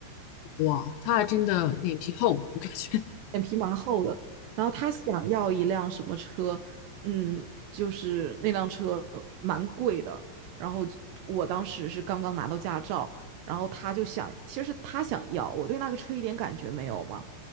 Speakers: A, on the left; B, on the right.
A: 哇，他还真的脸皮厚，我感觉，
B: 脸皮蛮厚的。然后他想要一辆什么车，嗯，就是那辆车蛮贵的。然后我当时是刚刚拿到驾照，然后他就想，其实他想要，我对那个车一点感觉没有嘛。